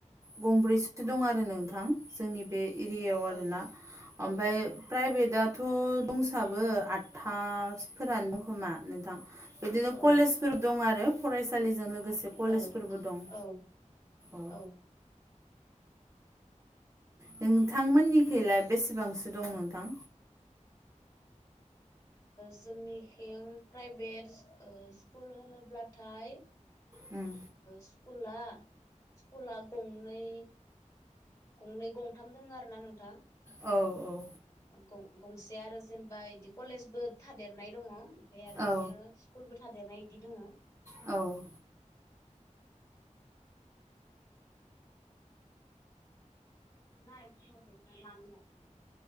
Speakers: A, on the right (about 25°); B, on the left (about 25°).
A: गंब्रैसो दं आरो नोंथां जोंनि बे एरियायाव आरोना
B: औ
A: ओमफ्राय प्राइभेटआ दाथ' दंसाबो आठथाफोरानो दंखोमा नोंथां। बिदिनो
B: औ
A: कलेजफोर दं आरो फरायसालिजों लोगोसे कलेजफोरबो
B: औ
A: दं।
B: औ
A: औ
B: ओ
A: नोंथांमोननिखैलाय बेसेबांसो दं नोंथां।?
B: जोंनिथिं प्राइभेट स्कुल होनोब्लाथाय <inaudible>
A: उम।
B: स्कुला स्कुला गंनै गंनै गंथाम दोङ आरो ना नोंथां।
A: औ औ
B: गं गंसे आरो जेनेबा बिदि कलेजबो थादेरनाय दङ ओमाय आरो इयावनो
A: औ
B: स्कुलबो थादेरनाय बिदि दङो।
A: औ
B: नै मानला <unintelligible>